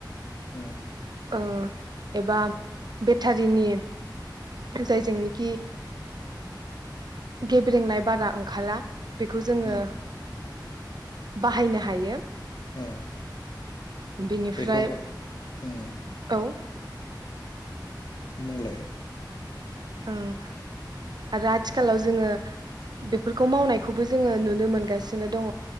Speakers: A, on the left (about 65°); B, on the right (about 65°).
A: उम
B: ओ एबा बेटारिनि जायजोंनिखि गेब्रंनाय बारा ओंखारा बेखौ जोङो
A: उम
B: बाहायनो हायो।
A: औ
B: बेनिफ्राय
A: बेखौबो ओं
B: औ
A: बुंलाय
B: ओं आरो आथिखालाव जोङो बेफोरखौ मावनायखौबो जोङो नुनो मोनगासिनो दङ।